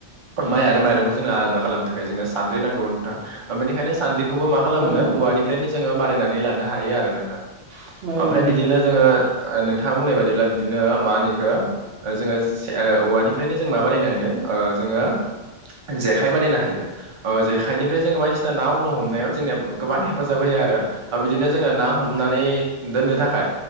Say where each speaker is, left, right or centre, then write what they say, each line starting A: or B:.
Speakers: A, on the right; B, on the right.
A: माइ आरो माइरंखौ जोंनो आलादा खालामनो थाखाय जोंनो सानद्रि नांगौ नोंथां बेनिखायनो सान्द्रिखौबो मा खालामो
B: औ
A: औवानिफ्रायनो जोङो बानायनानै लानो हायो आरो नोंथां
B: औ
A: ओमफ्राय
B: नंगौ
A: बिदिनो जोङो नोंथाङा बुंनाय बादिब्ला बिदिनो मा होनो इखो जोङो औवानिफ्रायनो जों मा बानायनो हायो ओ जोङो जेखाइ बानायनो हायो ओ जेखाइनिफ्राय जोङो बायदिसिना नानो हमनायाव जोंनिया गोबां हेफाजाब होयो आरो बिदिनो जोङो ना हमनानै दोननो थाखाय